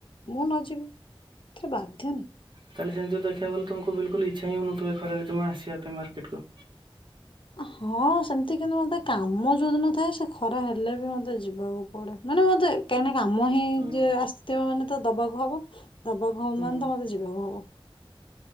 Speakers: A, on the left; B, on the right.
A: ମୁଁ ନ ଯିବି ସେଥିରେ ବାଧ୍ୟ ନାହିଁ।
B: ତାହେଲେ ସେମତି ଦେଖିବାକୁ ଗଲେ ତମକୁ ବିଲକୁଲ ଇଚ୍ଛା ହଉନଥିବ ଖରାରେ ଜମା ଆସିବା ପାଇଁ ମାର୍କେଟକୁ
A: ହଁ ସେମିତି କିନ୍ତୁ ମତେ କାମ ଯୋଉ ଦିନ ଥାଏ ସେ ଖରା ହେଲେ ବି ମତେ ଯିବାକୁ <unintelligible> ମାନେ ମତେ କାହିଁକି କାମ ହିଁ
B: ହୁଁ
A: ଯିଏ ଆସିଥିବ ମାନେ ତେ ଦବାକୁ ହବ ଦବାକୁ ହବ
B: ହୁଁ
A: ମାନେ ତ ମତେ ଯିବାକୁ ହବ।